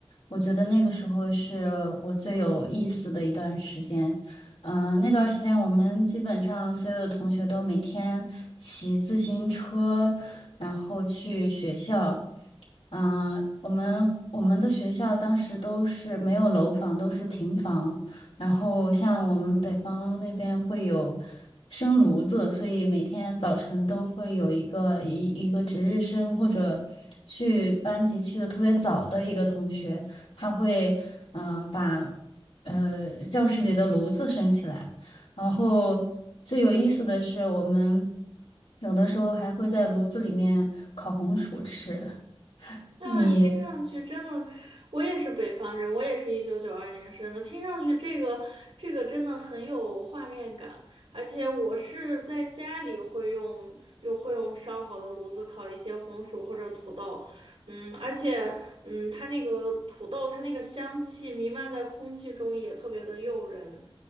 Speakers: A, on the left (about 85°); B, on the right (about 80°).
A: 我觉得那个时候是我最有意思的一段时间。嗯，那段时间我们基本上所有的同学都每天骑自行车，然后去学校。嗯，我们我们的学校当时都是没有楼房，都是平房。然后像我们北方那边会有生炉子，所以每天早晨都会有一个一一个值日生或者去班级去的特别早的一个同学，他会嗯把呃教室里的炉子升起来。然后最有意思的是，我们有的时候还会在炉子里面烤红薯吃。
B: 啊，
A: 你
B: 听上去真的，我也是北方人，我也是一九九二年生的。听上去这个这个真的很有画面感，而且我是在家里会用，又会用烧好的炉子烤一些红薯或者土豆，嗯，而且嗯，它那个土豆它那个香气弥漫在空气中也特别的诱人，